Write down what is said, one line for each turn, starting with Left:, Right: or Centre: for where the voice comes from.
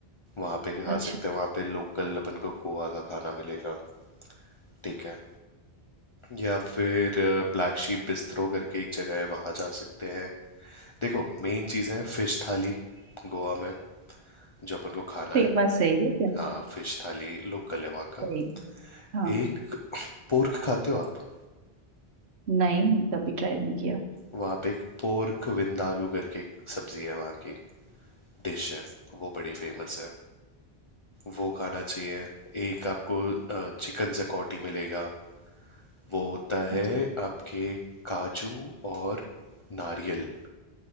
Left: वहाँ पे खा
Right: अच्छा
Left: सकते हैं वहाँ पे लोकल अपन को गोवा का खाना मिलेगा ठीक है या फिर अ, ब्लैक शीप बिस्ट्रो करके एक जगह है वहां जा सकते हैं देखो मेन चीज है फिश थाली गोवा में जो अपन को खाना
Right: फेमस
Left: है
Right: है ये क्या
Left: हाँ फिश थाली लोकल है वहाँ का
Right: सही है। हाँ
Left: एक पोर्क खाते हो आप
Right: नहीं कभी ट्राई नहीं किया
Left: वहाँ पे एक पोर्क विंदालू करके एक सब्जी है वहाँ की डिश है वो बड़ी फेमस है वो खाना चाहिए एक आपको चिकन जकौटी मिलेगा वो होता है
Right: अच्छा,
Left: आपके काजू और नारियल